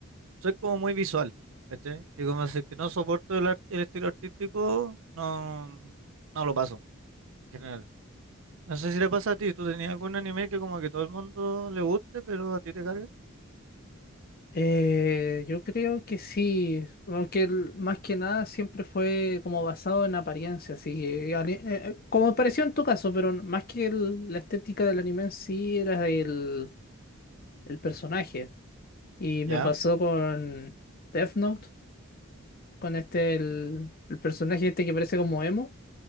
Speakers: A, on the right; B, on the left.
A: soy como muy visual, ¿cachai? Y como así que no soporto el, ar- el estilo artístico, no, no lo paso, en general. No sé si le pasa a ti, ¿tú tenías algún anime que como que todo el mundo le guste, pero a ti te cargue?
B: Eh, yo creo que sí, aunque el- más que nada siempre fue como basado en apariencia, así que eh, ali- eh, eh, como pareció en tu caso, pero n- más que el- la estética del anime en sí era el, el personaje. Y
A: Ya,
B: me pasó con Death Note, con este el, el personaje este que parece como emo,